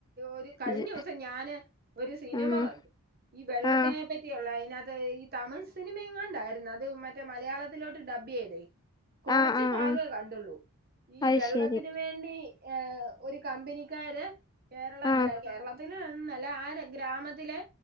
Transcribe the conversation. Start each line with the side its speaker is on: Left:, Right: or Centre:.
Right: ഒരു കഴിഞ്ഞ
Left: ഇത്
Right: ദിവസം ഞാന് ഒരു സിനിമ
Left: ആഹ്
Right: കണ്ടു ഈ വെള്ളത്തിനെ
Left: ആഹ്
Right: പറ്റിയുള്ള അതിനകത്ത് ഈ തമിഴ് സിനിമയങ്ങാണ്ട് ആയി യിരുന്നു അത് മറ്റേ മലയാളത്തിലോട്ട് ഡബ് ചെയ്തേ കുറച്ച്
Left: ആഹ് ആഹ്
Right: ഭാഗേ
Left: ആഹ്
Right: കണ്ടുള്ളൂ ഈ
Left: അത്
Right: വെള്ളത്തിന്
Left: ശരി
Right: വേണ്ടി ഒരു കമ്പനി ക്കാര് കേരള
Left: ആഹ്
Right: അല്ലെ കേരളത്തിന്നല്ല ആ ഗ്രാമത്തിലെ